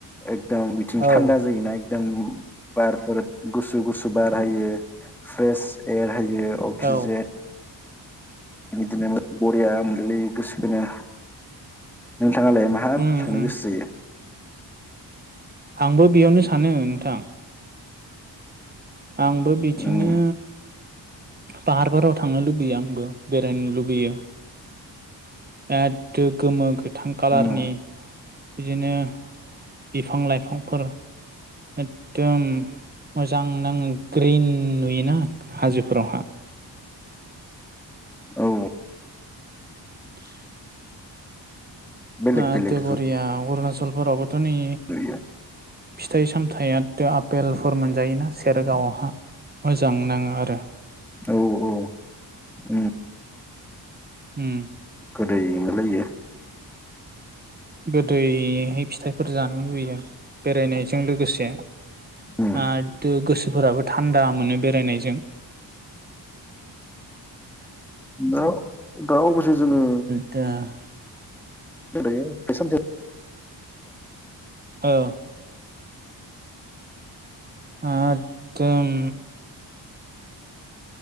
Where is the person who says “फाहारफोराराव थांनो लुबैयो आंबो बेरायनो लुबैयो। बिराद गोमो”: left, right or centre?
Right